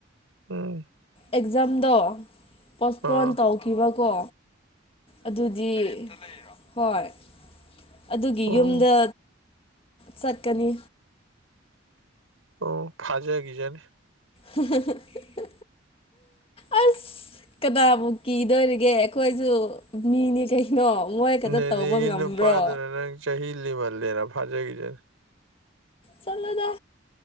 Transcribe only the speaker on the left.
ꯑꯦꯛꯖꯥꯝꯗꯣ ꯄꯣꯁꯄꯣꯟ
ꯇꯧꯈꯤꯕꯀꯣ ꯑꯗꯨꯗꯤ ꯔꯦꯟꯇ ꯂꯩꯔꯤꯔꯣ ꯍꯣꯏ ꯑꯗꯨꯒꯤ
ꯌꯨꯝꯗ ꯆꯠꯀꯅꯤ
<unintelligible> ꯑꯁ ꯀꯅꯥꯕꯨ ꯀꯤꯗꯣꯔꯤꯒꯦ ꯑꯩꯈꯣꯏꯁꯨ ꯃꯤꯅꯤ ꯀꯩ ꯅꯣ ꯃꯣꯏ
ꯈꯛꯇ ꯇꯧꯕ ꯉꯝꯕ꯭ꯔꯣ
ꯆꯠꯂꯣꯗꯥ